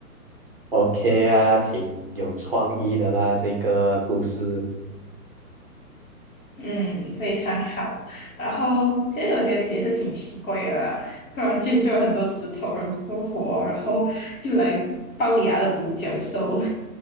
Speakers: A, on the right (about 40°); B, on the left (about 60°).
A: OK 啊，挺有创意的啦，这个故事
B: 嗯，非常好。然后其实觉得题也是挺奇怪的啦，突然间就有很多石头人复活，然后又来一只龅牙的独角兽。